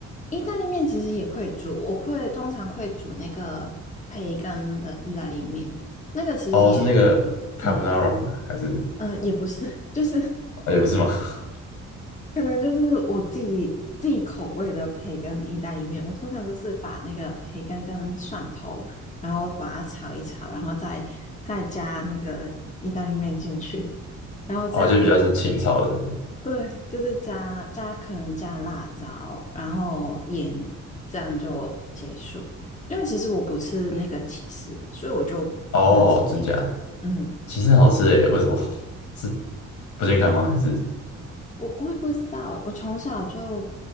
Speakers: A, on the left; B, on the left.
A: 意大利面其实也会煮，我会通常会煮那个培根的意大利面，那个其实也，
B: 哦，是那个 carbonara
A: 嗯
B: 吗？还是
A: 呃，也不是，就是
B: 哦也不是吗？<laughs>
A: 可能就是我自己自己口味的培根意大利面，我通常都是把那个培根跟蒜头，然后把它炒一炒，然后再再加那个意大利面进去，<laughs> 然后样。
B: 哦，就比较是清炒的。
A: 对，就是加加可能加辣椒，然后盐，这样就结束。因为其实我不吃那个起司，所以我就不能吃那一种。
B: 哦，真假的？
A: 嗯，
B: 其实很好吃诶，为什么？<laughs> 是不健康吗？
A: 嗯，
B: 还是
A: 我我也不知道，我从小就